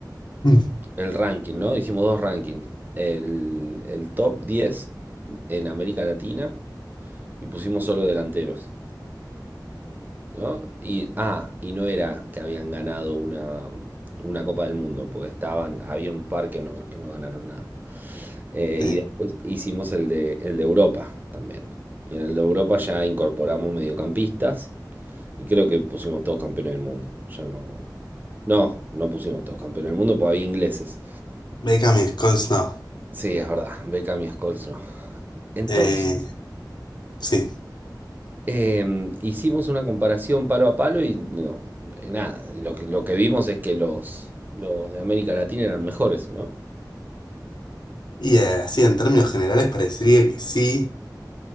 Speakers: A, on the left; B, on the right.
A: Mm,
B: el ranking, ¿no? Hicimos dos rankings. El, el top 10 en América Latina y pusimos solo delanteros. ¿no? Y, ah, y no era que habían ganado una, una Copa del Mundo, porque estaban, había un par que no, que no ganaron nada. Eh,
A: Sí.
B: y después hicimos el de, el de Europa también. Y en el de Europa ya incorporamos mediocampistas y creo que pusimos todos campeones del mundo, ya no me acuerdo. No, no pusimos todos campeones del mundo porque había ingleses.
A: Beckham y Scholes no.
B: Sí, es verdad, Beckham y Scholes no. Entonces,
A: Eh, sí.
B: Em, hicimos una comparación palo a palo y no, eh, nada, lo que, lo que vimos es que los, los de América Latina eran mejores, ¿no?
A: Y eh, así en términos generales parecería que sí.